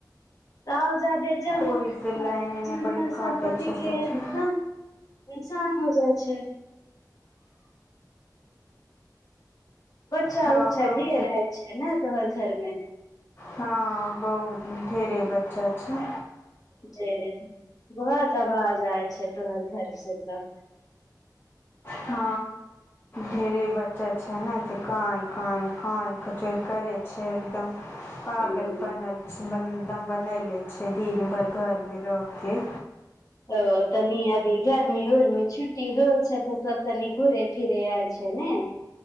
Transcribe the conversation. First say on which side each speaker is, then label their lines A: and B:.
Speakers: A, on the left; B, on the left.
A: तऽ बेन
B: ओहि से लाइन एने बड़ी काटे
A: सम्पतति
B: छै
A: के
B: सखी
A: ह <unintelligible> श हो जाइ छै बच्छा
B: हाँ
A: उच्छा
B: कहूँ
A: रहै छै ने तहर घरमे
B: हँ बहुत ढेरे बच्चा छै
A: जे बहुत तब आ जाइ छै तोम्हर घर से तऽ
B: ह ढेरे बच्चा छै ने काइ काइ काइ का कचर कय छै एकदम पागल
A: ह
B: बनल ब एकदम बनले छै दिन भर घर मे रहि के
A: ओ तनी अभी गरमी उर्मी छुट्टी होइ छै तऽ सब तनि घुरे फिरे आयल छै ने